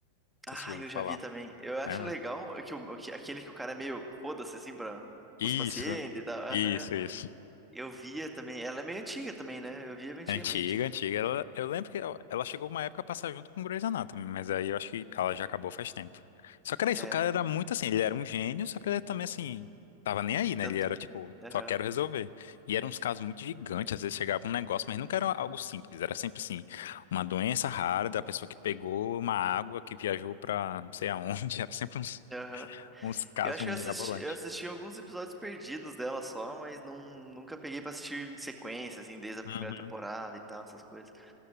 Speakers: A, in the centre; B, on the left.
A: Ah,
B: sei se você já ouviu
A: eu já
B: falar,
A: vi também. Eu acho
B: lembra?
A: legal que, o, que aquele que o cara é meio foda-se assim para
B: Isso,
A: os pacientes e tal. Aham.
B: isso, isso.
A: Eu via também. Ela é meio antiga também, né? Eu via antigamente.
B: Antiga,
A: né?
B: antiga. Ela, eu lembro que ela, ela chegou uma época a passar junto com Grey's Anatomy, mas aí eu acho que ela já acabou faz tempo. Só que era isso,
A: É,
B: o cara
A: eu não
B: era muito assim, ele era um gênio, só que ele era também assim, tava nem aí, né?
A: tanto.
B: Ele era tipo,
A: Aham.
B: só quero resolver. E eram uns casos muito gigantes, às vezes chegava um negócio, mas nunca era algo simples, era sempre assim, uma doença rara da pessoa que pegou uma água que viajou pra não sei aonde, <laughs> era sempre uns,
A: Aham.
B: uns casos
A: Eu acho que
B: mirabolantes.
A: eu assisti, eu assisti alguns episódios perdidos dela só, mas não, nunca peguei pra assistir em sequência, assim, desde a primeira
B: Uhum,
A: temporada e tal, essas coisas.